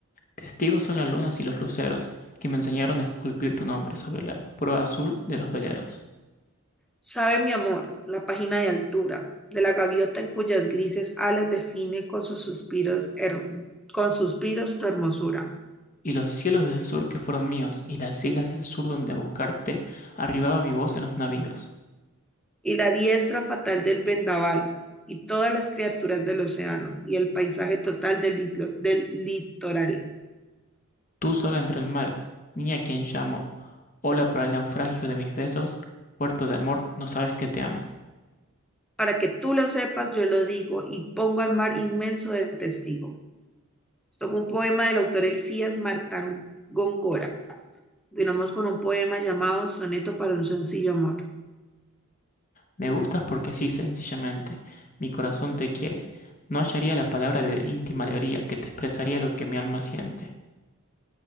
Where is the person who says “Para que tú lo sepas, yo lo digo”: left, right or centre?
Centre